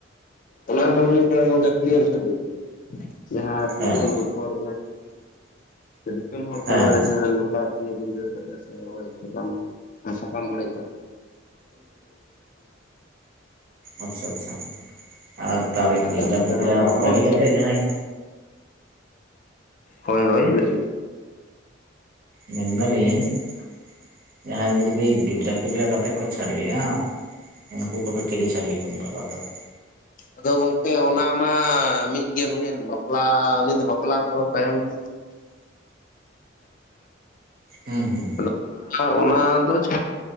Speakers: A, on the left; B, on the right.
A: ᱚᱱᱟᱱᱟ ᱫᱚ ᱦᱩᱭᱩᱜ ᱠᱟᱱᱟ ᱜᱚᱝᱠᱮ ᱯᱤᱭᱳᱨ ᱪᱷᱟᱹᱰᱣᱤ ᱡᱟᱦᱟᱸᱭ
B: ᱦᱮᱸ
A: <inaudible> ᱠᱚᱣᱟᱜ ᱫᱤᱥᱚᱢ ᱦᱚᱲ
B: ᱦᱮᱸ
A: ᱥᱟᱢᱟᱝ ᱨᱮ ᱡᱟᱦᱟᱸ ᱞᱚᱴᱟ ᱤᱭᱟᱹ ᱫᱤᱱ ᱫᱟᱲᱮ ᱠᱟᱛᱮ ᱦᱚᱲ ᱟᱜ ᱥᱟᱛᱟᱢ ᱥᱟᱠᱟᱢ ᱚᱲᱮᱡᱽᱼᱼ
B: ᱟᱪᱪᱷᱟ ᱟᱪᱪᱷᱟ ᱟᱨ ᱛᱟᱦᱚᱞᱮ
A: ᱟᱨ
B: ᱜᱤᱫᱽᱨᱟᱹᱼ ᱯᱤᱫᱽᱨᱟᱹ
A: ᱡᱟᱦᱟᱸ ᱦᱚᱨᱚᱜ
B: ᱵᱟᱹᱜᱤ
A: ᱪᱤᱱ
B: ᱠᱟᱛᱮ ᱡᱟᱦᱟᱸᱭ
A: ᱦᱳᱭ ᱦᱳᱭ ᱞᱟᱹᱭ ᱢᱮ
B: ᱢᱮᱱ ᱫᱟᱹᱞᱤᱧ <unintelligible> ᱡᱟᱦᱟᱸᱭ ᱜᱮ ᱡᱩᱫᱤ ᱜᱤᱫᱽᱨᱟᱹ ᱯᱤᱫᱽᱨᱟᱹ ᱠᱟᱛᱮᱫ ᱠᱚ ᱪᱷᱟᱹᱰᱣᱤᱼᱟ ᱩᱱᱠᱩ ᱠᱚᱫᱚ ᱪᱤᱞᱤ ᱪᱷᱟᱹᱰᱣᱤ ᱠᱚ ᱢᱮᱛᱟ ᱠᱚᱣᱟ ᱛᱚᱵᱮ
A: ᱟᱫᱚ ᱜᱚᱝᱠᱮ ᱚᱱᱟ ᱢᱟ ᱢᱤᱫᱜᱮ ᱦᱩᱭᱮᱱ ᱵᱟᱯᱞᱟ ᱩᱱᱤ ᱫᱚ ᱵᱟᱯᱞᱟ ᱠᱚᱦᱚᱸ ᱛᱟᱭᱚᱢ <inaudible>
B: ᱦᱩᱸ ᱦᱩᱸ
A: ᱟᱫᱚ ᱚᱱᱟ ᱚᱱᱟ ᱫᱚ <inaudible>